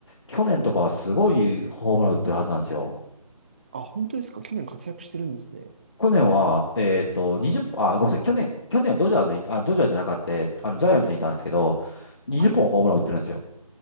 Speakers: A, on the left (about 50°); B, on the right (about 15°).
A: 去年とかはすごいホームラン打ってるはずなんですよ。
B: あ、本当ですか去年活躍してるんですね。
A: 去年は、えっと、20、あ、ごめんなさい。去年、去年はドジャースに、あ、ドジャースじゃなかった、あの、ジャイアンツにいたんですけど、20本ホームラン打ってるんですよ。
B: はい。